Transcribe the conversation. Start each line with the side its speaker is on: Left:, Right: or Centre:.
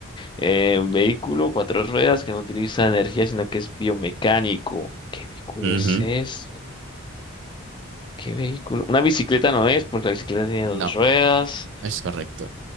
Left: eh, vehículo, cuatro ruedas que no utiliza energía, sino que es biomecánico. ¿Qué vehículo
Right: Ujú.
Left: es ese? ¿Qué vehículo? Una bicicleta no es, porque la bicicleta tiene dos
Right: No,
Left: ruedas.
Right: es correcto.